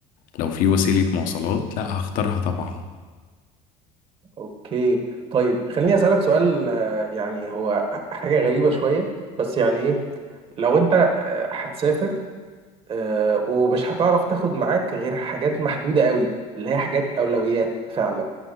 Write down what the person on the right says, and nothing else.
اوكي طيب خليني اسالك سؤال آه، يعني هو حاجه غريبه شويه بس يعني ايه لو انت آه، هتسافر آه، ومش هتعرف تاخد معاك غير حاجات محدوده قوي اللي هي حاجات اولويات فعلا